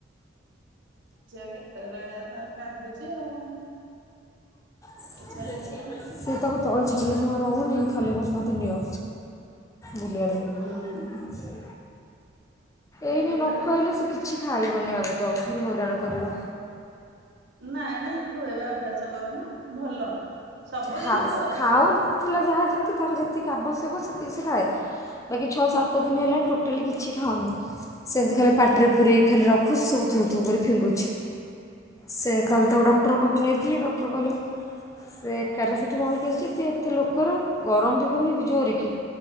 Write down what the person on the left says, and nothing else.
ସେ
ତାକୁ ତଳେ ଛାଡିଲେ ଯମା ରହୁନି। ଖାଲି କହୁଚି ମୋତେ ନିଅ। ବୁଲିବା ଲାଗି
ଏଇନାଇ ନଖାଇଲେ ସେ କିଛି କିଛି ଖାଇବନି ଆଗକୁ ଆଉ ଭାରି ହଇରାଣ କରିବ।
ଖାଉ
ଖାଉନଥିଲା ଯାହା ଯେମିତି ତାର ଯେ ସେତିକି ଆବଶ୍ୟକ ସେତିକି ସେ ଖାଏ ବାକି ଛଅ ସାତ ଦିନ ହେଲା ଟୋଟାଲି କିଛି ଖାଉନି ସେମିତି ଖାଲି ପାଟିରେ ପୁରେଇକି ଖାଲି ରଖୁଚି ସବୁ ଥୁ ଥୁ କରି ଫିଙ୍ଗୁଚି ସେ କାଲି ତାକୁ ଡକ୍ଟରଙ୍କ ପାଖକୁ ନେଇଥିଲି ଡକ୍ଟର କହିଲେ ସେ କ୍ୟାରସିଟି ରହିକି ଅଛି ସେଠି ଏତେ ଲୋକର ଗରମ ବି ହେଉନି କି ଜୋରରେ କି?